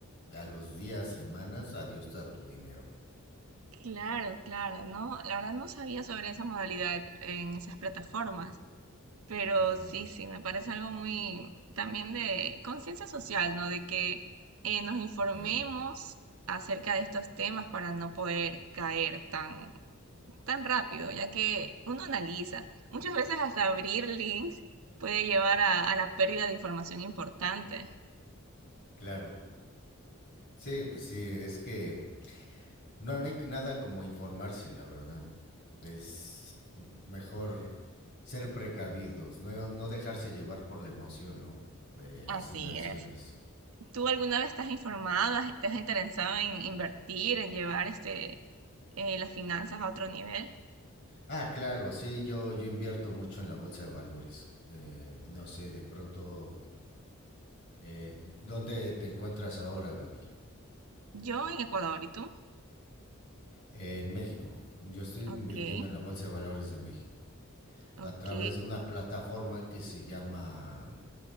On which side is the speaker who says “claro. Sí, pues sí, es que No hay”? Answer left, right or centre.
Left